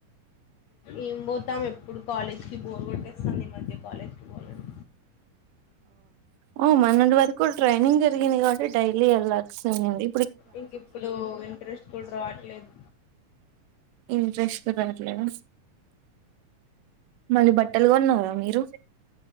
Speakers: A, on the left; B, on the right.
A: ఏం పోతాం ఎప్పుడు కాలేజ్ కి బోరు కొట్ కానీ ఈ మధ్య కాలేజ్ కి పోలేదు.
B: ఓ మొన్నటి వరకు ట్రైనింగ్ జరిగింది కాబట్టి డైలీ ఎల్లాసి ఉంది.
A: ఇంక ఇప్పుడు ఇంట్రెస్ట్ కూడా రావట్లేదు.
B: ఇంట్రెస్ట్ తో కనిపియలే. మళ్ళీ బట్టలుగా కొన్నార మీరు?